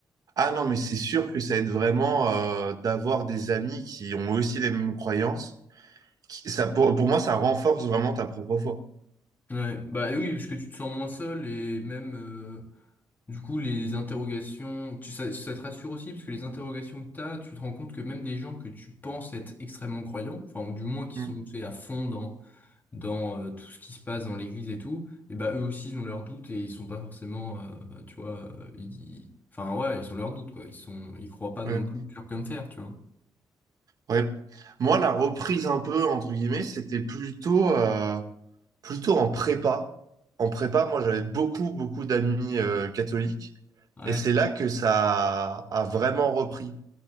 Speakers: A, on the right (about 55°); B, on the left (about 25°).
A: Ah non, mais c'est sûr que ça aide vraiment euh, d'avoir des amis qui ont aussi les mêmes croyances. Qui- ça, pour, pour moi, ça renforce vraiment ta propre foi.
B: Ouais, bah oui, parce que tu te sens moins seul et même euh, du coup les interrogations, tu, ça, ça te rassure aussi parce que les interrogations que t'as, tu te rends compte que même des gens que tu penses être extrêmement croyants, enfin ou du moins qui
A: Mm.
B: sont tu sais, à fond dans dans euh, tout ce qui se passe dans l'église et tout, et bah eux aussi ils ont leurs doutes et ils sont pas forcément, euh, tu vois, euh, ils- ils- enfin ouais, ils ont leurs doutes quoi, ils sont, ils croient pas
A: Ouais.
B: non plus dur comme fer, tu vois.
A: Ouais. Moi, la reprise un peu, entre guillemets, c'était plutôt, euh, plutôt en prépa. En prépa, moi, j'avais beaucoup, beaucoup d'amis euh, catholiques.
B: Ouais,
A: Et c'est là que ça a, a vraiment repris.